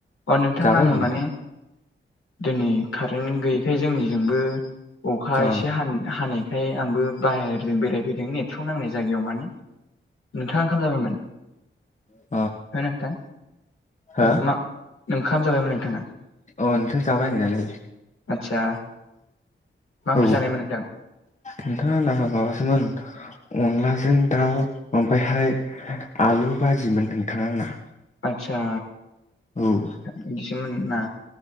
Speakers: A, on the left; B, on the left.
A: अ नोंथां
B: जाबाय
A: आङो
B: आं नोंथां
A: माने दिनै कारेन्ट गैयैखाय जोंनिजोंबो अखा
B: अ
A: एसे हानि हानाय खाय आंबो बाहेरजों बेरायफैदों नेथ्र'क नांनाय जायगायाव माने नोंथाङा ओंखाम जाबायमोन
B: अ
A: <unintelligible> हो नोंथां
B: हो
A: मा- मा ओंखाम जाबायमोन नोंथां
B: अ नोंथां जाबाय जानाय
A: आतसा मा ओंख्रि
B: औ
A: जानायमोन नोंथां
B: नोंथां आंना माबासोमोन <unintelligible> अनलाजों दाउ ओमफ्रायहाय आलु भाजिमोन नोंथां आंना
A: आतसा
B: औ
A: बिदिसोम नोंना